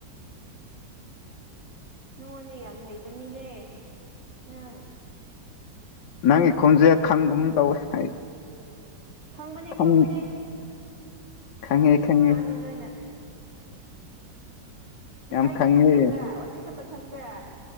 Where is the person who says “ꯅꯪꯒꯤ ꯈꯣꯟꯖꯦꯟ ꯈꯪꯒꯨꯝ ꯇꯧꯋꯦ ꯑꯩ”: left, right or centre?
Left